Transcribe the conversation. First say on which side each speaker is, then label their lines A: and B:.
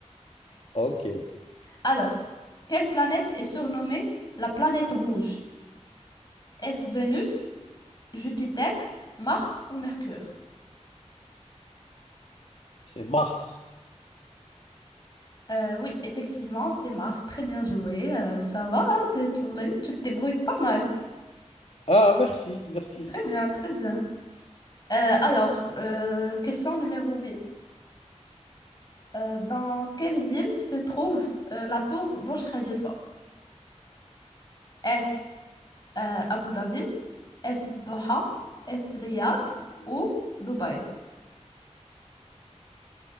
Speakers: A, on the left; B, on the left.
A: OK,
B: Alors, quelle planète est surnommée la planète rouge? Est-ce Vénus, Jupiter, Mars ou Mercure?
A: c'est Mars.
B: Euh, oui, effectivement, c'est Mars. Très bien joué. Euh, ça va, hein, t'es- tu l'as- tu te débrouilles pas mal.
A: Ah, merci, merci.
B: Très bien, très bien. Euh, alors, euh, question numéro 8. Euh, dans quelle ville se trouve euh, la tour Burj Khalifa? Est-ce euh, Abu Dhabi? Est-ce Doha? Est-ce Riyad ou Dubaï?